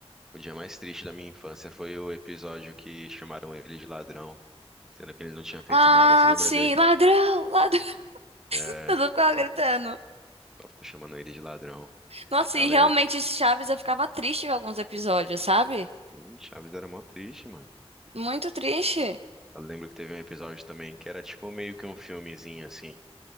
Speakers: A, in the centre; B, on the right (about 70°).
A: o dia mais triste da minha infância foi o episódio que chamaram ele de ladrão. Sendo que ele não tinha feito
B: Ah,
A: nada, você lembra
B: sim,
A: dele?
B: ladrão, ladrão. <laughs>
A: É,
B: Eu ficava
A: eu só
B: gritando.
A: ficou, só ficou chamando ele de ladrão.
B: Nossa,
A: Aí
B: e
A: eu
B: realmente
A: lembro.
B: Chaves eu ficava triste com alguns episódios, sabe?
A: Sim, Chaves era mó triste, mano.
B: Muito triste.
A: Eu lembro que teve um episódio também que era tipo meio que um filmezinho assim.